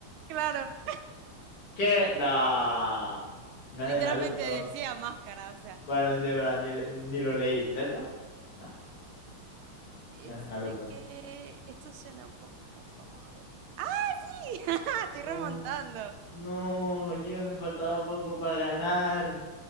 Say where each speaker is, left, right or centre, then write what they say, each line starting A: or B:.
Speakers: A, on the right; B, on the left.
A: claro.
B: ¿Qué? No. No
A: Literalmente
B: es de Naruto.
A: decía máscara, o sea.
B: Bueno, sí, es verdad, ni, ni lo leí. ¿Delta? No,
A: Este
B: no es de Naruto.
A: que, esto suena un poco como, vamos a ver. ¡Ah, sí! <laughs> Estoy
B: No,
A: remontando.
B: no, ya me faltaba poco para ganar.